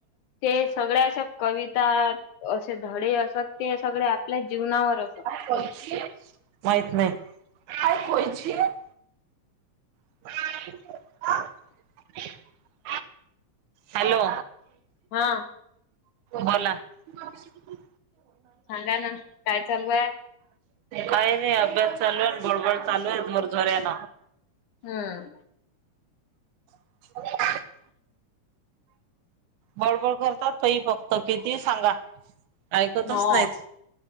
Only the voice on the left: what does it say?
ते सगळे आशा कविता, असे धडे असत, ते सगळे आपल्या जीवनावर असत.
हा.
सांगा ना काय चालू आहे
हुं.
हो